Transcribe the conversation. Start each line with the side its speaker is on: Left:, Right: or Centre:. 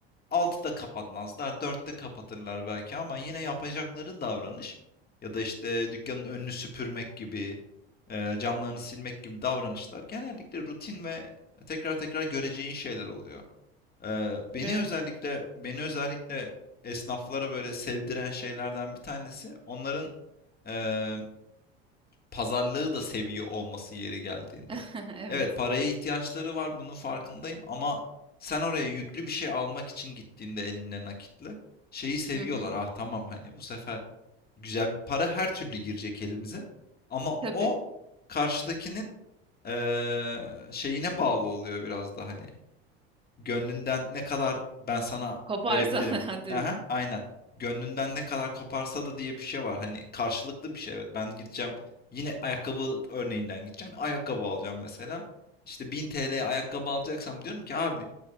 Left: 6'da kapatmazlar 4'te kapatırlar belki ama yine yapacakları davranış ya da işte dükkanın önünü süpürmek gibi e, camlarını silmek gibi davranışlar genellikle rutin ve tekrar tekrar göreceğin şeyler oluyor. E, beni
Right: Evet.
Left: özellikle beni özellikle esnaflara böyle sevdiren şeylerden bir tanesi onların e, pazarlığı da seviyor olması yeri geldiğinde.
Right: <laughs> Evet.
Left: Evet paraya ihtiyaçları var bunun farkındayım ama sen oraya yüklü bir şey almak için gittiğinde elinde nakitle şeyi seviyorlar.
Right: Hı hı.
Left: Ah tamam hani bu sefer güzel bir para her türlü girecek elimize ama
Right: Tabii.
Left: o karşıdakinin eee, şeyine bağlı oluyor biraz da hani gönlünden ne kadar ben sana
Right: Koparsa
Left: verebilirim.
Right: <laughs> hadi.
Left: Aha, aynen. Gönlünden ne kadar koparsa da diye bir şey var. Hani karşılıklı bir şey. Evet ben gideceğim. Yine ayakkabı örneğinden gideceğim. Ayakkabı alacağım mesela. İşte 1000 TL'ye ayakkabı alacaksam diyorum ki abi